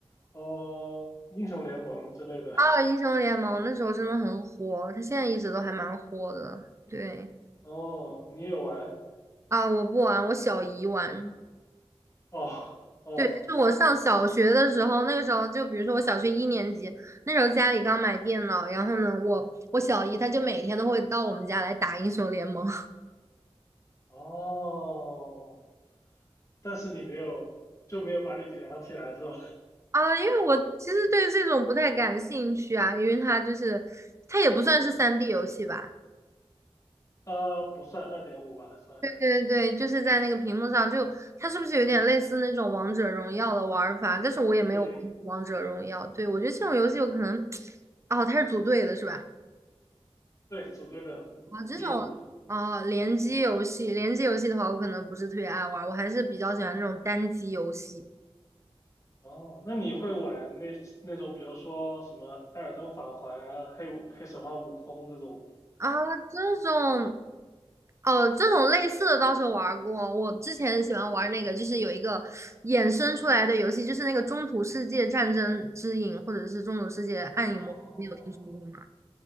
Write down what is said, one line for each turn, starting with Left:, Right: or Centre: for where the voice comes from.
Left: 哦，英雄联盟之类的。
Right: 啊，英雄联盟那时候真的很火，它现在一直都还蛮火的。对
Left: 哦，你也玩？
Right: 啊，我不玩，我小姨玩。
Left: 哦，哦，
Right: 对，就是我上小学的时候，那个时候就比如说我小学一年级，那时候家里刚买电脑，然后呢，我我小姨她就每天都会到我们家来打英雄联盟 <laughs>
Left: 哦，但是你没有，就没有把你培养起来是吧？
Right: 啊，因为我其实对这种不太感兴趣啊，因为它就是它也不算是三 d 游戏吧，
Left: 呃，不算二点五吧，算。
Right: 对对对，就是在那个屏幕上就它是不是有点类似那种王者荣耀的玩法？但是我也没有玩王者荣耀，
Left: 对，
Right: 对，我觉得这种游戏有可能，<tsk> 哦，它是组队的是吧？
Left: 对，组队的五五
Right: 啊，这种
Left: v 五。
Right: 啊，联机游戏，联机游戏的话，我可能不是特别爱玩儿我还是比较喜欢那种单机游戏
Left: 哦，那你会玩那那种，比如说什么《艾尔登法环》啊黑五黑神话悟空》这种？
Right: 啊。这种，哦，这种类似的倒是玩儿过。我之前喜欢玩儿那个，就是有一个衍生出来的游戏，就是那个《中土世界战争之影》，或者是《中土世界暗影魔》，
Left: 哦，
Right: 你有听说过吗？